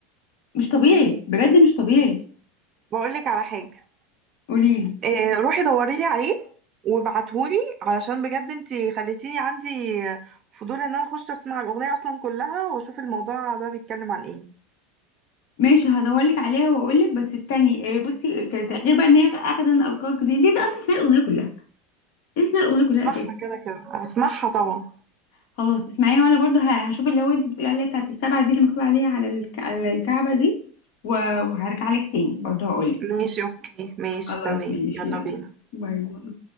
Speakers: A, on the left; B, on the right.
A: مش طبيعي بجد مش طبيعي
B: بقول لك على حاجة
A: قوليلي
B: آه، روحي دوري لي عليه وابعتهولي علشان بجد انتي خليتيني عندي فضول إن أنا أخش أسمع الأغنية أصلا كلها وأشوف الموضوع ده بيتكلم عن إيه
A: ماشي هدورلك عليها واقولك بس استني إيه بصي كانت- غير بقى ان هي اخدة ان القاك دي انت لسه اصلا اسمعي الاغنيه كلها لسه اسمعي الاغنيه كلها
B: أسمعها
A: اساسا
B: كده كده أسمعها طبعا
A: خلاص اسمعيها وانا برضو ه- هشوف اللي هو انت بتقولي عليها بتاعت السبعه دي اللي مكتوب عليها على الك... على الكعبه دي و- وهرجع لك تاني برضو هقولك
B: ماشي أوكي ماشي
A: خلاص
B: تمام
A: ماشي
B: يلا
A: يلا
B: بينا
A: باي باي